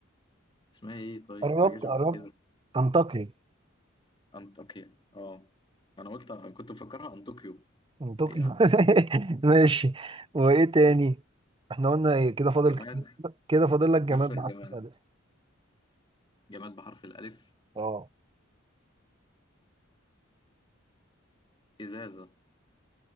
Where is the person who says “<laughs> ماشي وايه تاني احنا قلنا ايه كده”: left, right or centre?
Right